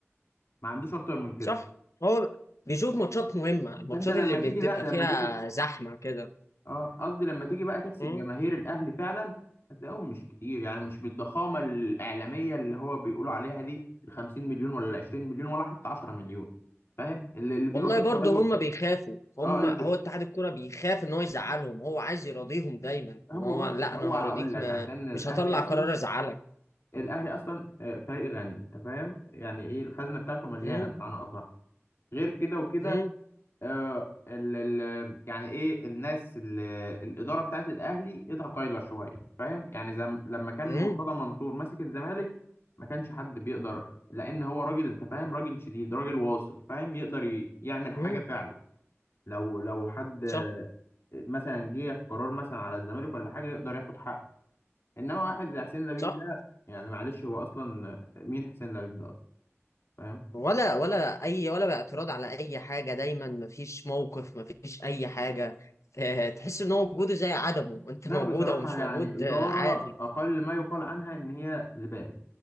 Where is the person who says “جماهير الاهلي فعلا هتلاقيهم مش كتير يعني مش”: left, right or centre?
Left